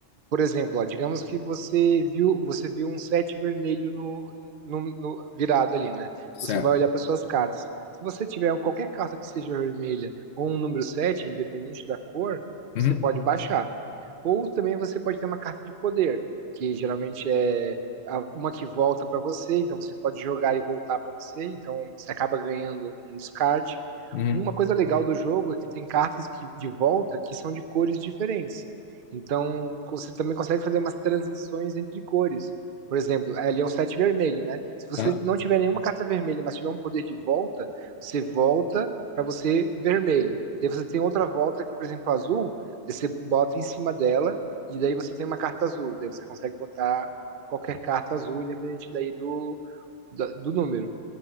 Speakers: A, on the right; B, on the left.
A: por exemplo, ó, digamos que você viu, você viu um sete vermelho no, no, no- virado ali, né?
B: certo.
A: Você vai olhar para suas cartas. Se você tiver qualquer carta que seja vermelha ou um número 7, independente da cor,
B: Uhum.
A: você pode baixar. Ou também você pode ter uma carta de poder, que geralmente é a- uma que volta para você, então você pode jogar e voltar para você, então você acaba ganhando um descarte.
B: Uhum.
A: Uma coisa legal do jogo é que tem cartas que, de volta que são de cores diferentes. Então, você também consegue fazer umas transições entre cores. Por exemplo, ali é um 7 vermelho, né? Se você
B: Ah,
A: não tiver nenhuma carta vermelha, mas tiver um poder de volta, você volta para você vermelho. Daí você tem outra volta que, por exemplo, azul, daí você bota em cima dela e daí você tem uma carta azul. Daí você consegue botar qualquer carta azul, independente daí do, da- do número.